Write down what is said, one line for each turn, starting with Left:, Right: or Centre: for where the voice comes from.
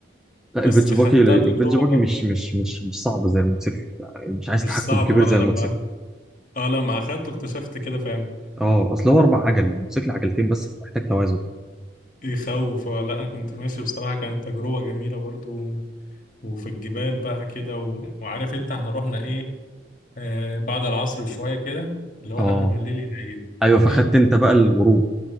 Centre: لا
Left: بس
Centre: البيتش باجي
Left: خدتها
Centre: البيتش
Left: تجربة
Centre: باجي
Left: برضو
Centre: مش مش مش مش صعب زي الموتوسيكل مش عايز
Left: مش
Centre: تحكم
Left: صعب
Centre: كبير
Left: وانا
Centre: زي صعب زي
Left: لما
Centre: الموتوسيكل
Left: اه لما اخدته اكتشفت كده فعلا
Centre: اه اصل هو اربع عجل الموتوسيكل عجلتين بس فمحتاج توازن
Left: يخوف اه لا كنت ماشي بصراحة كانت تجربة جميلة برضو وفي الجبال بقى كده و... وعارف انت احنا رحنا ايه آه بعد العصر بشوية كده اللي هو
Centre: اه
Left: قبل ما الليل يليل
Centre: ايوه
Left: تمام
Centre: فخدت انت بقى الغروب